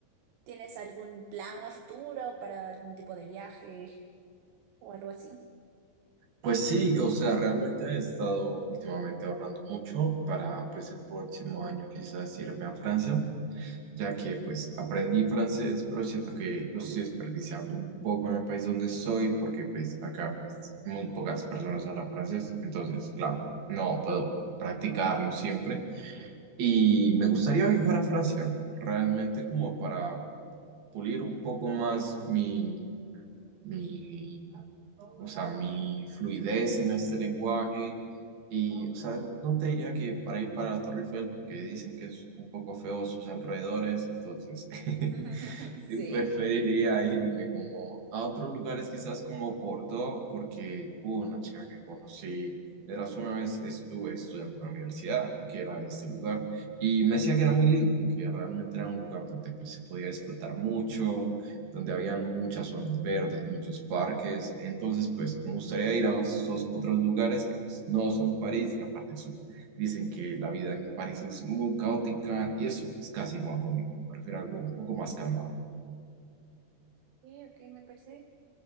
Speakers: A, on the right; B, on the right.
A: ¿tienes algún plan a futuro para algún tipo de viaje o algo así?
B: Pues sí, o sea, realmente he estado últimamente ahorrando mucho para pues el próximo año quizás irme a Francia, ya que pues aprendí francés, pero siento que lo estoy desperdiciando un poco en el país donde soy, porque pues acá pues, muy pocas personas hablan francés, entonces claro, no puedo practicarlo siempre. Y me gustaría viajar a Francia, realmente como para pulir un poco más mi, mi o sea, mi fluidez en este lenguaje. Y, o sea, no te diría que para ir para la Torre Eiffel, porque dicen que es un poco feo sus alrededores, entonces. <laughs>
A: <laughs> Sí.
B: eh, preferiría irme como a otros lugares, quizás como Bordeaux, porque hubo una chica que conocí, eras una vez estuve estudiando en la universidad, que era de este lugar, y me decía que era muy lindo, que realmente era un lugar donde pues, se podía disfrutar mucho, donde habían muchas zonas verdes, muchos parques, entonces pues me gustaría ir a esos otros lugares que pues no son París y aparte su- Dicen que la vida en París es muy caótica y eso pues casi no va conmigo. Prefiero algo un poco más calmado.
A: Sí, ok, me parece,